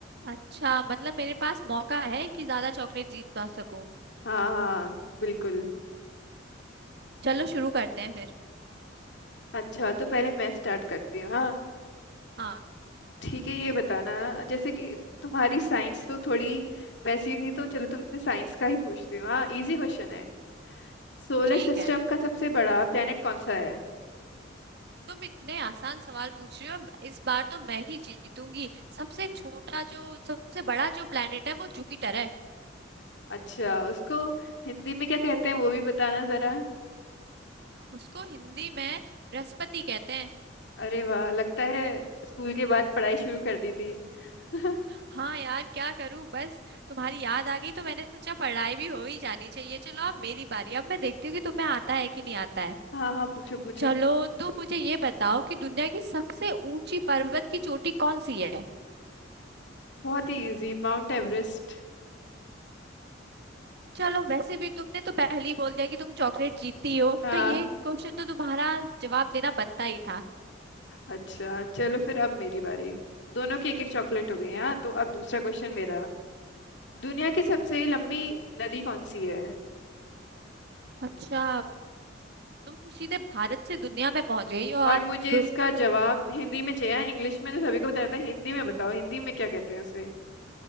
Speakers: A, on the right; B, on the left.
A: अच्छा मतलब मेरे पास मौका है कि ज्यादा चॉकलेट जीत पा सकूं
B: हाँ हाँ बिल्कुल
A: चलो शुरू करते हैं फिर
B: अच्छा तो पहले मैं स्टार्ट करती हूँ हाँ
A: हाँ
B: ठीक है ये बताना जैसे कि तुम्हारी साइंस तो थोड़ी वैसी थी तो चलो तुमसे साइंस का ही पूछती हूँ हाँ इजी क्वेश्चन है सोलर
A: ठीक
B: सिस्टम
A: है
B: का सबसे बड़ा प्लेनेट कौन सा है
A: तुम इतने आसान सवाल पूछ रही हो इस बार तो मैं ही जीतूंगी सबसे छोटा जो सबसे बड़ा जो प्लेनेट है वो जुपिटर है
B: अच्छा उसको हिंदी में क्या कहते हैं वो भी बताना जरा
A: उसको हिंदी में बृहस्पति कहते हैं
B: अरे वाह लगता है स्कूल के बाद पढ़ाई शुरू कर दी थी <laughs>
A: हाँ यार क्या करूं बस तुम्हारी याद आ गई तो मैंने सोचा पढ़ाई भी हो ही जानी चाहिए चलो अब मेरी बारी अब मैं देखती हूँ कि तुम्हें आता है कि नहीं आता है
B: हाँ हाँ पूछो पूछो
A: चलो तो मुझे ये बताओ कि दुनिया की सबसे ऊंची पर्वत की चोटी कौन सी है
B: बहुत ही इजी माउंट एवरेस्ट
A: चलो वैसे भी तुमने तो पहले ही बोल दिया कि तुम चॉकलेट जीतती हो
B: हाँ
A: तो ये क्वेश्चन तो तुम्हारा जवाब देना बनता ही था
B: अच्छा चलो फिर अब मेरी बारी दोनों की एक एक चॉकलेट हो गई हाँ तो अब दूसरा क्वेश्चन मेरा दुनिया
A: हम्म
B: की सबसे लंबी नदी कौन सी है
A: अच्छा तुम सीधे भारत से दुनिया में पहुंच गई हो आप
B: और मुझे
A: रुक
B: इसका जवाब हिंदी में चाहिए हाँ, इंग्लिश में तो सभी को बताया था हिंदी में बताओ हिंदी में क्या कहते हैं उसे